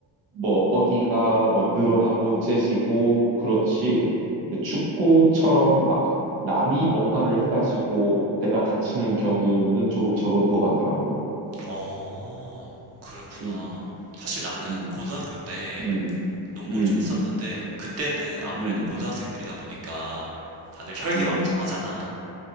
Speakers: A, on the right; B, on the right.
A: 뭐 어디가 뭐 늘어나고 째지고 그렇지. 근데 축구처럼 막 남이 뭔가를 해가지고 내가 다치는 경우는 조금 적은 것 같더라고.
B: 어, 어, 그렇구나.
A: 음,
B: 사실 나는
A: 음,
B: 고등학교 때
A: 음,
B: 농구를
A: 음,
B: 좀 했었는데 그때는 아무래도
A: 음,
B: 고등학생들이다 보니까 다들 혈기왕성하잖아.
A: 음,